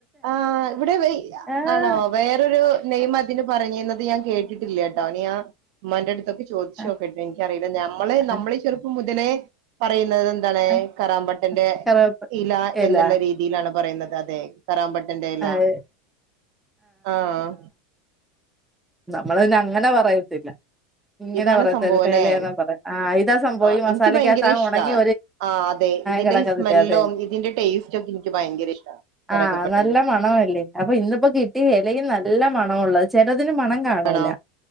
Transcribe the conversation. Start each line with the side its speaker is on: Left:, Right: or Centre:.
Right: ആ ഇവിടെ
Centre: ആഹ്
Right: ആണോ വേറൊരു നെയിം അതിന് പറഞ്ഞിരുന്നത് ത് ഞാൻ കേട്ടിട്ടില്ല കേട്ടോ ഇനി ആ ഉമ്മന്റെ അടുത്തൊക്കെ ചോദിച്ചോക്കെട്ട്
Centre: ആഹ്
Right: എനിക്കറിയില്ല നമ്മള്
Centre: ആഹ്
Right: നമ്മള് ചെറുപ്പം ഇതിനെ പറയുന്നത് എന്താണ്
Centre: ആഹ്
Right: കറാമ്പട്ടന്റെ
Centre: കറുവപ്പ
Right: ഇല
Centre: എല
Right: എന്നുള്ള രീതിയിലാണ് പറയുന്നത് അതെ കരാൻമ്പട്ട ഏറെ എല
Centre: ആഹ്
Right: ആഹ്
Centre: നമ്മള് അങ്ങന പറയത്തില്ല ഇങ്ങനെ
Right: ഇതാണ്
Centre: പറയ
Right: സംഭവം അല്ലേ
Centre: ഇലേന്നാ പറയാ ആ ഇതാ സംഭ
Right: ആഹ് എനിക്ക്
Centre: മസാലക്കകത്ത്
Right: ഭയങ്കര ഇഷ്ടാ
Centre: ഉണങ്ങി
Right: ആഹ് അതെ ഇതിന്റെ
Centre: കിടക്കത്തില്ലേ
Right: ഈ സ്മെല്ലും
Centre: അത
Right: ഇതിന്റെ ടേസ്റ്റും ഒക്കെ എനിക്ക് ഭയങ്കര ഇഷ്ടാ കറുകപ്പട്ടന്റെ
Centre: ആ നല്ല മണല്ലേ അപ്പൊ ഇന്നിപ്പോ കിട്ടിയ ഇലയും നല്ല പണൊള്ളത് അതിന് മണം കാണൂല
Right: ആണോ